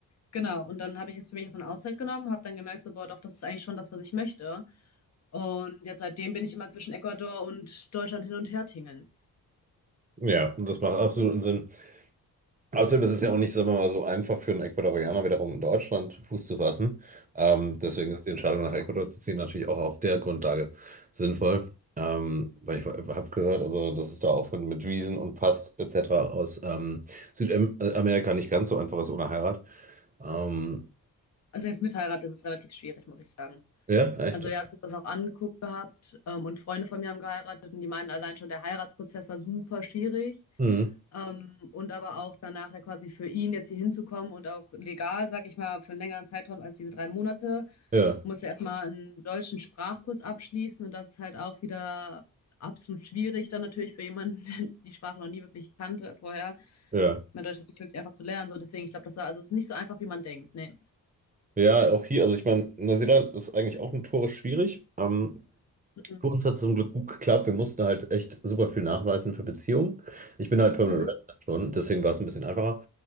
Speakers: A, on the left (about 45°); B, on the right (about 25°).
A: Genau, und dann habe ich jetzt für mich erstmal eine Auszeit genommen, habe dann gemerkt, so, boah, doch, das ist eigentlich schon das, was ich möchte. Und jetzt seitdem bin ich immer zwischen Ecuador und Deutschland hin und her tingeln.
B: Ja, das macht absoluten Sinn. Außerdem ist es ja auch nicht, sagen wir mal, so einfach für einen Ecuadorianer wiederum in Deutschland Fuß zu fassen. Ähm, deswegen ist die Entscheidung nach Ecuador zu ziehen natürlich auch auf der Grundlage sinnvoll. Ähm, weil ich habe gehört, also dass es da auch mit, mit Wiesen und Pass etc. aus ähm, Südamerika nicht ganz so einfach ist ohne Heirat. Ähm,
A: Also selbst mit Heirat ist es relativ schwierig, muss ich sagen.
B: ja, echt.
A: Also wir haben uns das auch angeguckt gehabt, ähm, und Freunde von mir haben geheiratet und die meinen allein schon, der Heiratsprozess war super schwierig.
B: Mhm.
A: Ähm, und aber auch danach ja quasi für ihn jetzt hier hinzukommen und auch legal, sag ich mal, für einen längeren Zeitraum als diese drei Monate
B: Ja,
A: musste erstmal einen deutschen Sprachkurs abschließen und das ist halt auch wieder absolut schwierig dann natürlich für jemanden, <laughs> der die Sprache noch nie wirklich kannte vorher.
B: ja.
A: Ich Deutsch ist nicht wirklich einfach zu lernen, so deswegen, ich glaube, das war, also es ist nicht so einfach, wie man denkt. Nee.
B: Ja, auch hier, also ich meine, Neuseeland ist eigentlich auch notorisch schwierig. Ähm,
A: Mhm.
B: Für uns hat es zum Glück gut geklappt. Wir mussten halt echt super viel nachweisen für Beziehungen. Ich bin halt Permanent
A: Mhm. Mhm.
B: Resident schon, deswegen war es ein bisschen einfacher.